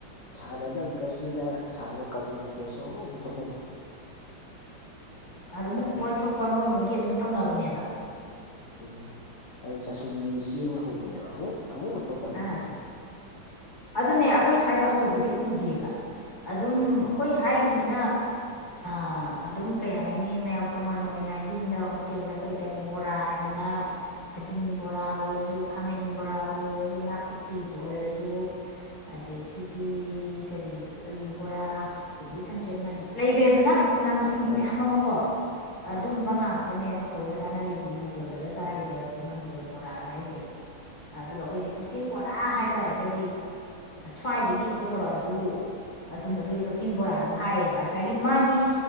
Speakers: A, on the left (about 65°); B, on the left (about 25°).
A: ꯁꯥꯟꯅꯗꯝ ꯀꯥꯆꯤꯡꯗ ꯁꯥꯕ ꯀꯕꯣꯛ ꯍꯤꯡꯇꯣꯠꯁꯨ ꯑꯃꯨꯛ ꯄꯨꯊꯣꯛꯅꯗꯝ
B: ꯑꯗꯣ ꯃꯣꯏ ꯃꯣꯏ ꯊꯣꯛꯄ ꯃꯣꯏ ꯃꯣꯏꯒꯤ ꯑꯗꯨꯝ ꯇꯧꯅꯕꯅꯦꯕ
A: ꯎꯝ ꯑꯩ ꯆꯥꯁꯨꯕꯤꯖꯤꯗꯤ ꯆꯦꯡꯅ ꯍꯧꯕꯅꯦꯕ ꯑꯃꯨꯛ ꯑꯃꯨꯛ ꯃꯇꯧ ꯇꯝꯅꯗꯝ
B: ꯑꯥ ꯑꯗꯨꯅꯦ ꯑꯈꯣꯏ ꯁ꯭ꯋꯥꯏꯗ ꯍꯧꯕꯗꯤ ꯎꯗꯦꯕ ꯑꯗꯨꯝ
A: ꯎꯝ
B: ꯑꯈꯣꯏ ꯁ꯭ꯋꯥꯏꯒꯤꯖꯤꯅ ꯑꯥ ꯑ ꯑꯗꯨꯝ ꯀꯩ ꯍꯥꯏꯅꯤ ꯃꯌꯥꯝ ꯀꯃꯟ ꯑꯣꯏꯅ ꯌꯨꯝꯗ ꯍꯣꯇꯦꯜꯗ ꯀꯩꯗ ꯕꯣꯔꯥ ꯍꯥꯏꯗꯅ ꯈꯖꯤꯡ ꯕꯣꯔꯥꯕꯨ ꯑꯣꯏꯔꯖꯨ ꯈꯥꯃꯦꯟ ꯕꯣꯔꯥꯕꯨ ꯑꯣꯏꯔꯖꯨ ꯅꯥꯀꯨꯞꯄꯤꯕꯨ ꯑꯣꯏꯔꯖꯨ ꯑꯗꯒꯤꯗꯤ ꯀꯔꯤ ꯑꯂꯨ ꯕꯣꯔꯥ ꯀꯣꯕꯤ ꯊꯝꯆꯦꯟ ꯃꯥꯟꯕꯤ ꯂꯩꯒ꯭ꯔꯦꯗꯅ ꯃꯅꯥ ꯃꯁꯤꯡꯒꯤ
A: ꯑꯪ
B: ꯃꯌꯥꯝ ꯑꯃ ꯀꯣ
A: ꯑꯥ
B: ꯑꯗꯨꯝꯕ
A: ꯑꯥ
B: ꯉꯥꯛꯇꯅꯦꯕ ꯍꯧꯔ ꯆꯥꯅꯔꯤꯖꯤ ꯅꯝꯕꯣꯜꯗꯒ ꯆꯥꯔꯤꯕ
A: ꯎꯝ
B: ꯅꯝꯕꯣꯜ ꯕꯣꯔꯥꯒ ꯍꯥꯏꯖꯦ ꯑꯗꯨꯒ ꯑꯈꯣꯏꯅ ꯀꯛꯆꯤꯡ ꯕꯣꯔꯥ ꯍꯥꯏꯇꯥꯔꯒꯗꯤ ꯁ꯭ꯋꯥꯏꯗꯒꯤ ꯄꯣꯊꯣꯔꯑꯖꯨ ꯑꯗꯨꯝ ꯑꯗꯨꯏ ꯀꯛꯆꯤꯡ ꯕꯣꯔꯥ ꯑꯗꯨꯝ ꯍꯥꯏꯌꯦꯕ ꯑꯁꯥꯏꯒꯤ ꯃꯥꯒꯤ